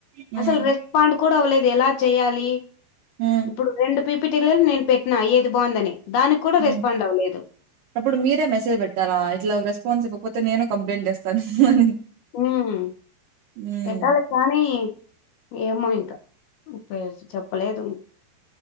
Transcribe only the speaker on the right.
హ్మ్
హ్మ్
ఉమ్
అప్పుడు మీరే మెసేజ్ పెట్ టాలా ఇట్లా రెస్పాన్స్ ఇవ్వపోతే నేను కంప్లైంట్ చేస్తాను అని
హ్మ్